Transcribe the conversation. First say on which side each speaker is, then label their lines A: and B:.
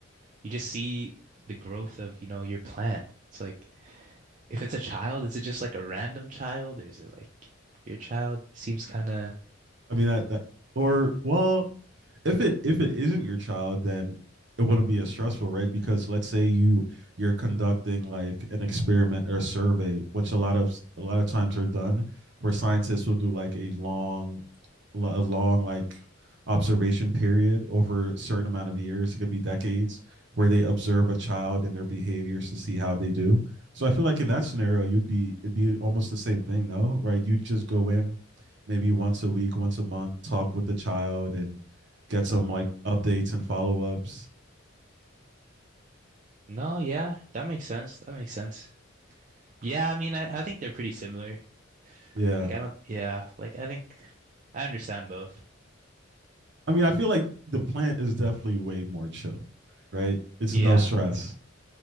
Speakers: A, on the right; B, on the right.
A: you just see the growth of, you know, your plant. It's like, if it's a child, is it just like a random child? Or is it like your child seems kind of,
B: I mean that that or well, if it if it isn't your child, then it wouldn't be as stressful, right? Because let's say you you're conducting like an experiment or a survey, which a lot of a lot of times are done, where scientists will do like a long, a long like observation period over a certain amount of years. It could be decades where they observe a child and their behaviors to see how they do. So I feel like in that scenario, you'd be it'd be almost the same thing, no? Right? You'd just go in maybe once a week, once a month, talk with the child and get some like updates and follow ups.
A: no, yeah, that makes sense. That makes sense. Yeah, I mean, I, I think they're pretty similar.
B: Yeah.
A: Like, I don't, yeah, like, I think I understand both.
B: I mean, I feel like the plant is definitely way more chill, right? It's
A: Yeah,
B: no stress.